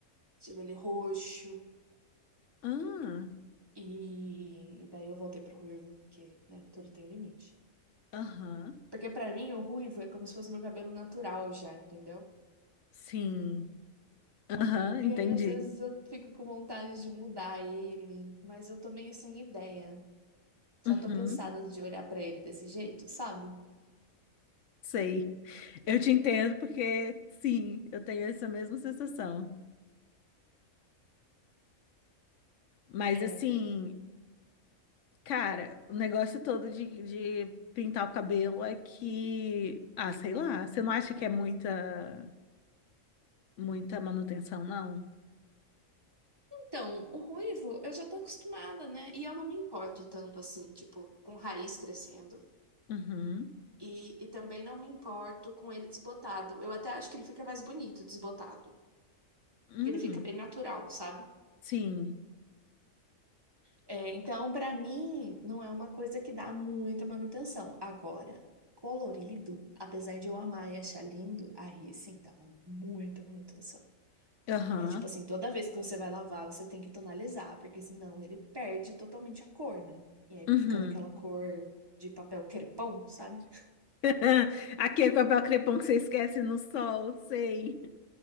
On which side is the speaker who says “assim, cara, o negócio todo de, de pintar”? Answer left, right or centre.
Left